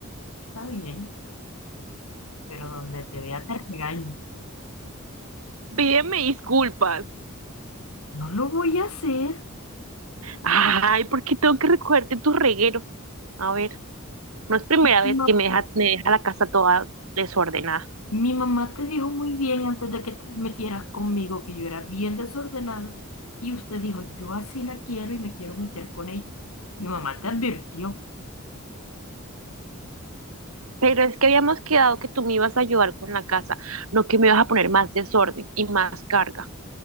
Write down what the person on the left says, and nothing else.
está bien, pero donde te vea te regaño.
No lo voy a hacer.
No
Mi mamá te dijo muy bien antes de que te metieras conmigo que yo era bien desordenada y usted dijo, yo así la quiero y me quiero meter con ella. Mi mamá te advirtió,